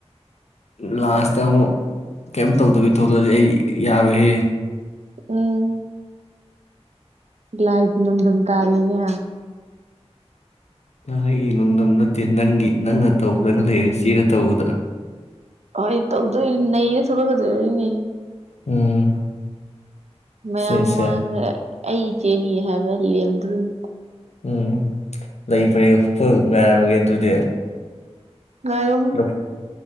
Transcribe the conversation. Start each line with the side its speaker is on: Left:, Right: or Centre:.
Left: ꯂꯥꯁ ꯇꯥ ꯑꯃꯨꯛ ꯀꯩꯝ ꯇꯧꯗꯕꯤ
Right: ꯎꯝ
Left: ꯊꯣꯛꯂꯛꯗꯤ ꯑꯩ ꯌꯥꯔꯣꯏꯍꯦ
Right: ꯎꯝ ꯂꯥꯏꯒꯤ ꯅꯨꯡꯗꯝ ꯇꯥꯔꯦꯅꯦ
Left: ꯂꯥꯏꯒꯤ ꯅꯨꯡꯗꯝ ꯅꯠꯇꯦ ꯅꯪꯒꯤ ꯅꯪꯅ ꯇꯧꯈ꯭ꯔꯅ ꯂꯩꯔꯦ ꯆꯦꯅ ꯇꯧꯒꯗ꯭ꯔꯥ
Right: ꯍꯣꯏ ꯇꯧꯗꯣꯏꯅꯦ ꯅꯩ ꯁꯃꯒꯗꯧꯅꯤꯅꯦ
Left: ꯎꯝ
Right: ꯃꯌꯥꯝ
Left: ꯏꯆꯦꯁꯦ
Right: ꯃꯃꯥꯡꯗ ꯑꯩ ꯏꯆꯦꯅꯤ ꯍꯥꯏꯕꯗ ꯂꯦꯝꯗꯣꯏꯅꯦ
Left: ꯎꯝ ꯂꯩ ꯄꯔꯦꯡ ꯍꯨꯛꯄ ꯉꯥꯏꯔꯝꯃꯒꯦ ꯑꯗꯨꯗꯤ
Right: ꯉꯥꯏꯔꯝꯃꯣ
Left: ꯂꯐꯨ